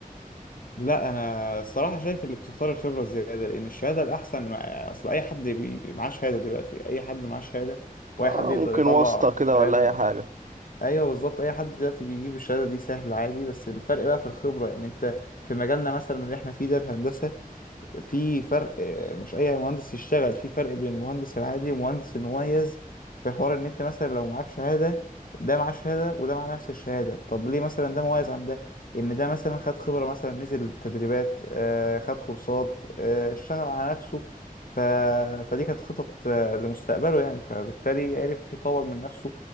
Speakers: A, on the left; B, on the right.
A: لا انا الصراحه شايف اللي بتختار الخبره الزياده لان الشهاده الاحسن مع- اصل اي حد بي- بي- معاه شهاده دلوقتي اي حد معاه شهاده واي
B: آه
A: حد يقدر
B: ممكن
A: يطلع
B: واسطه كده
A: شهاده
B: ولا اي حاجه
A: ايوه بالظبط اي حد دلوقتي بيجيب الشهاده دي سهل عادي بس الفرق بقى في الخبره يعني انت في مجالنا مثلا اللي احنا فيه ده الهندسه في فرق آه، مش اي مهندس يشتغل في فرق بين المهندس العادي والمهندس المميز في حوار ان انت مثلا لو معاك شهادة ده معاه شهادة وده معاه نفس الشهادة طب ليه مثلا ده مميز عن ده ان ده مثلا خد خبرة مثلا نزل تدريبات آه، خد كورسات آه، اشتغل على نفسه ف... فدي كانت خطط آه، لمستقبله يعني فبالتالي عرف يطور من نفسه